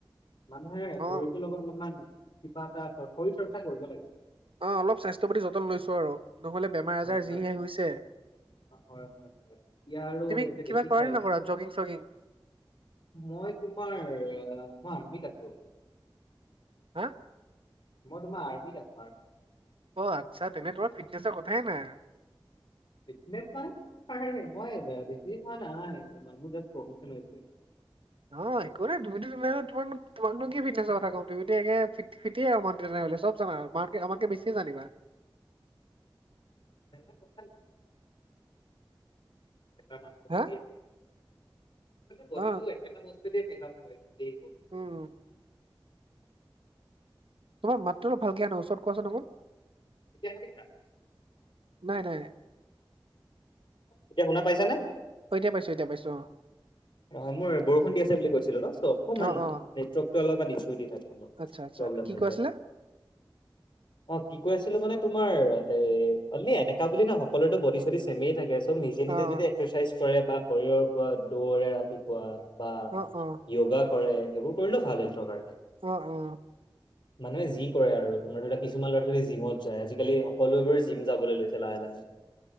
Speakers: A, on the left (about 65°); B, on the right (about 80°).
A: মানুহে শৰীৰটোৰ
B: অ',
A: লগত অলপমান কিবা এটা শৰীৰ চৰ্চা কৰিব লাগে।
B: অ, অলপ স্বাস্থ্য প্ৰতিত যতন লৈছোঁ আৰু নহলে বেমাৰ
A: হয়
B: আজাৰ যিহে
A: হয়
B: হৈছে।
A: হয় হয় হয় এতিয়া আৰু
B: তুমি
A: এতিয়া দেখিছাই
B: কিবা কৰে নে নকৰা জগিং চগিং
A: মই তোমাৰ মই আৰ্মিত আছোঁ।
B: হা।
A: মই তোমাৰ আৰ্মিত আছোঁ আৰ্মিত।
B: অ', আচ্ছা তেনে তোমাৰ ফিটনেছৰ কথা নাই‌ আৰু।
A: <unintelligible> ফিটনেছ মানে কৰে মই বেছি হোৱা নাই মোৰ প্ৰমোচন হৈছে।
B: অ', একো নাই তুমিতো তোমাক তোমাক নো কি ফিটনেছ ৰ কথা ক'ম তুমিতো ফিটে আৰু মানে তেনেহ'লে ছব <unintelligible> আৰু। আমাতকে আমাতকে বেছি জানিবা।
A: প <unintelligible> এটা মাংস সকলো
B: হা?
A: বডিটো
B: অ'
A: একেটা বস্তু সেইটো দিয়ে মেকাআপ <unintelligible>
B: উম। তোমাৰ মাতটো অলপ ভালকে নাহে ওচৰত কোৱাচোন আকৌ
A: তেতিয়া
B: নাই, নাই।
A: এতিয়া শুনা পাইছা নে?
B: এতিয়া পাইছোঁ, এতিয়া পাইছোঁ অ'।
A: অ', মোৰ বৰষুণ দি আছে বুলি কৈছিলোঁ ন চ' অকমান
B: অ' অ'
A: নেটৱৰ্ক টো অলপমান ইছু দি থাকে মোৰ।
B: আচ্ছা, আচ্ছা
A: প্ৰব্লেম
B: কি
A: হৈ
B: কৈ আছিলা।
A: <unintelligible> অ', কি কৈ আছিলোঁ মানে তোমাৰ ওনলি এনেকা বুলি ন সকলোতো বডি চডি চেমে থাকে। ত' নিজে,
B: অ'
A: নিজে যদি এক্সাৰচাইজ কৰে বা শৰীৰৰ পৰা দৌৰে ৰাতিপুৱা বা
B: অ' অ'
A: য়োগা কৰে এইবোৰ কৰিলেও ভাল হয় নিজৰ কাৰণে
B: অ', অ'।
A: <unintelligible> মানুহে যি কৰে আৰু তোমাৰ ধৰা কিছুমানে ল'ৰা ছোৱালী জিমত যায় আজিকালি সকলোবোৰেই জিম যাবলৈ লৈছে লাহে, লাহে। <unintelligible>